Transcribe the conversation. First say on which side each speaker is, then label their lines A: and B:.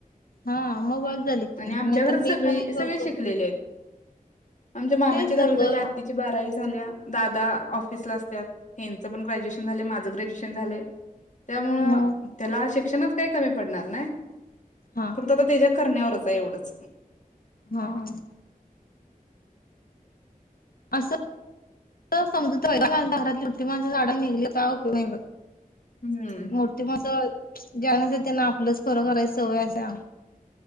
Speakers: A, on the left; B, on the left.
A: हा मग बघ झाली
B: आणि
A: नाहीतर
B: आमच्या घरात
A: मी
B: सगळी
A: पण हे करतो
B: सगळे शिकलेले आहेत आमच्या मामाची
A: तेच
B: दाही
A: तर
B: झाल्या
A: ग
B: आत् बारा झाल्या दादा ऑफिस ला असतात हेच पण ग्रॅज्युएशन झाले माझं ग्रॅज्युएशन झा त्यामुळे
A: मग
B: त्याला शिक्षणात काही कमी पडणार नाही
A: हा
B: फक्त आता त्याच्या करण्यावरच आहे एवढंच.
A: हा‌. असं. समज <unintelligible> झाडे निघली काय उपयग नाही बई.
B: हम्म.
A: मोठी माणसं ज्यानाचं त्यांना आपलंच खरं करायचंय सवय असत्या.